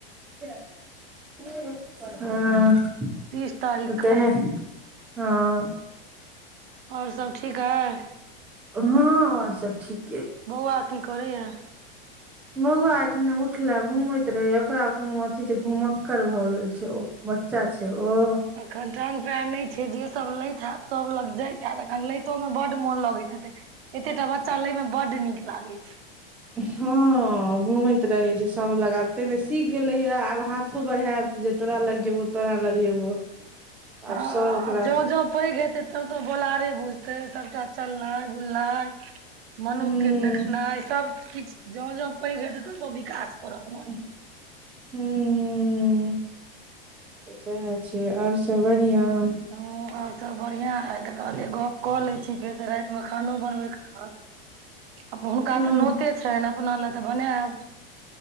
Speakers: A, in the centre; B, on the right.
A: हां।
B: तीस तारीख
A: म ताहि
B: के
A: हां
B: और सब ठीक हइ
A: हां और सब ठीक।
B: बौआ कि करैया।
A: बौआ अखने उठले घुमैत रहे ओकरा कुनु अथी छैय, घुमक्ककर भए गेल छैय ओ बच्चा छैय ओ
B: अखन टाँग पयर नैय छैय, जे सब लैत हैत सब लग जाइत हयत एखन लैतो मे बड मोन लगैत हेतै। एते टा बच्चा लय में बड्ड नीक लागै छैय।
A: हां घूमैत रहैय छैय सब लग आब ताहिमे सीख गेलैय आब हाथ हाथो बढ़ायत जे तोरा लग जेबो तोरा लग जेबो
B: हां
A: आब सब ओकरा
B: आब जो-जो पैघ हेते तो-तो बोलारे बुझते सबटा चलनाय बुलनाइ मनुख
A: हूँ
B: के देखनाइ सब किछ जों-जों पैघ हेते तो तो विकास करत ने
A: हूॅं हूॅं हूॅं तऽ सएह छैय आर सब बढ़िआँ
B: हां और सब बढ़िआं है तऽ कहलियै गप कऽ लैक्य छी फेर तऽ रातिमे खानो बनबैके रहत हुनका
A: हँ
B: तऽ नोते छैन अपना लए तऽ बनायब